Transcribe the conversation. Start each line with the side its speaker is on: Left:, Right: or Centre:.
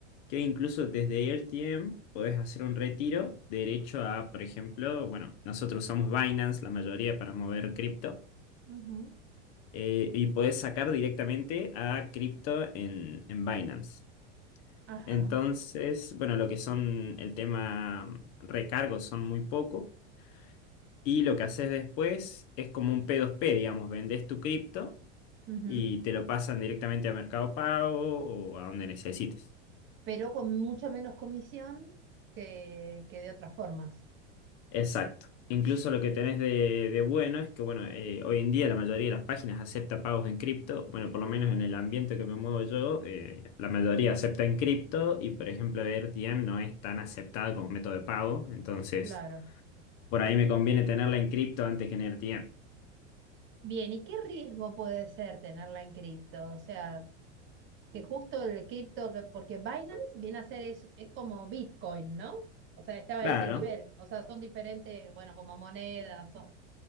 Left: que incluso desde RTM podés hacer un retiro derecho a, por ejemplo, bueno, nosotros usamos Binance la mayoría para mover cripto,
Right: ujú,
Left: eh, y podés sacar directamente a cripto en, en Binance.
Right: Ajá.
Left: Entonces, bueno, lo que son el tema mm, recargos son muy poco. Y lo que haces después es como un P2P, digamos, vendés tu cripto
Right: ujú.
Left: y te lo pasan directamente a Mercado Pago o a donde necesites.
Right: pero con mucho menos comisión que, que de otras formas.
Left: Exacto. Incluso lo que tenés de, de bueno es que, bueno, eh, hoy en día la mayoría de las páginas acepta pagos en cripto. Bueno, por lo menos en el ambiente que me muevo yo, eh, la mayoría acepta en cripto y, por ejemplo, R T M no es tan aceptada como método de pago. Entonces,
Right: Claro.
Left: por ahí me conviene tenerla en cripto antes que en R T M
Right: Bien, ¿y qué riesgo puede ser tenerla en cripto? O sea, que justo el cripto, que- porque Binance viene a ser, es, es como Bitcoin, ¿no? O sea, estaba
Left: Claro.
Right: a ese nivel. O sea, son diferentes, bueno, como monedas o,